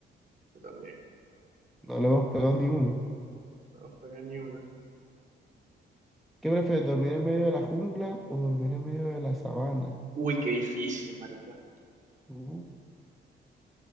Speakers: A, on the right (about 40°); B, in the centre.
A: Yo también.
B: No le hemos pegado ni uno.
A: No pega ni una.
B: ¿Qué prefieres, dormir en medio de la jungla o dormir en medio de la sabana?
A: Uy, qué difícil, marica.
B: Uh,